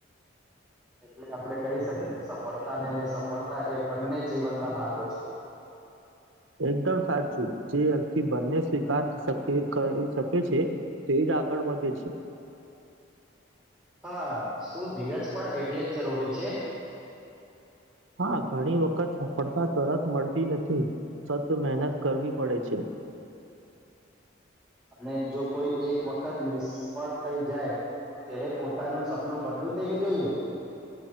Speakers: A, in the centre; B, on the right (about 85°).
A: એટલે આપણે કહી શકીએ કે સફળતા અનેને નહી સફળતા એ બંને જીવન ના ભાગો છે
B: એકદમ સાચું જે વ્યક્તિ બંને સ્વીકાર કરી શકે છે તે જ આગળ વધે છે.
A: હા શું ધીરજ પણ એટલે જ જરૂરી છે?
B: હા ઘણી વખત સફળતા તરત મળતી નથી સતત મહેનત કરવી પડે છે.
A: અને જો કોઈ એક વખત નિષ્ફળ થઈ જાય તો તેણે પોતાનું સપનું બદલું દેવું જોઈએ?